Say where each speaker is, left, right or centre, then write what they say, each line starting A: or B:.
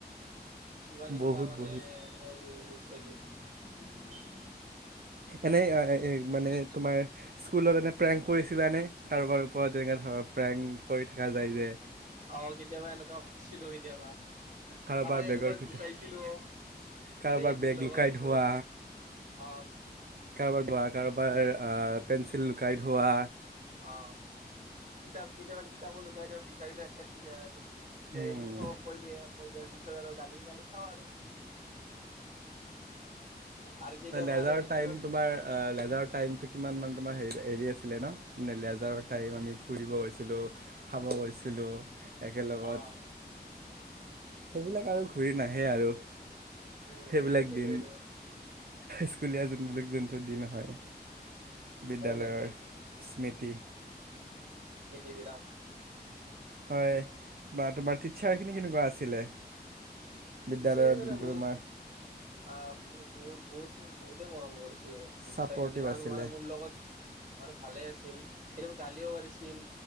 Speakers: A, on the right; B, on the right.
A: কিমান এনেকুৱা
B: বহুত
A: মানে
B: বহুত
A: এনেকুৱা গৈছে
B: এনেই মানে তোমাৰ স্কুলত এনে প্ৰেং কৰিছিলানে কাৰোবাৰ ওপৰত তেনেকে ধৰ প্ৰেং কৰি থকা যায় যে
A: অহ কেতিয়াবা এনেকুৱা কৰিছিলো কেতিয়াবা
B: কাৰোবাৰ
A: কাৰোবাক এনেকুৱা
B: বেগৰ ভিতৰত
A: জোকাইছিলো
B: কাৰোবাৰ
A: যে এইটোৰ
B: বেগ
A: লগত
B: লুকাই
A: ইটো
B: থোৱা
A: অহ
B: কাৰোবাৰ ধোৱা কাৰোবাৰ পেঞ্চিল লুকাই ধোৱা
A: অ কিতাপ কেতিয়াবা কিতাপো লুকোৱাই বাইদেউ বিচাৰি দি
B: উম,
A: শিক্ষকক কৈ দিয়ে কৈ দিয়াৰ পিছত আৰু গালি গালি খাওঁ আৰু আৰু কেতিয়াবা
B: লেজাৰ
A: আৰু শিক্ষকে
B: টাইম তোমাৰ লেজাৰ টাইম টো কিমান মান তোমাৰ হেৰি হেৰি আছিলে ন লেজাৰ টাইম আমি ফুৰিব গৈছিলোঁ খাব গৈছিলোঁ একেলগত
A: অ
B: সেইবিলাক আৰু ঘূৰি নাহে আৰু
A: উম
B: সেইবিলাক
A: সেইটোয়ে সেইটোয়েতো
B: দিন স্কুলীয়া জীৱনটোক যেন টো দিন হয় বিদ্যালয়ৰ
A: সেইবিলাক
B: স্মৃতি
A: স্মৃতি বিলাক
B: হয় বা তোমাৰ টিছাৰ খিনি কেনেকোৱা আছিলে বিদ্যালয়ত
A: পিছা হ ন
B: যোনটো
A: ন বহুত
B: তোমাৰ
A: অ বুত বহুত মোক বহুতে মৰম কৰিছে টিছাৰে
B: ছাপৰ্টিভ
A: যিমান
B: আছিলে
A: মানে মোৰ লগত মানে ভালে আছিল কেতিয়াবা গালিও পাৰিছিল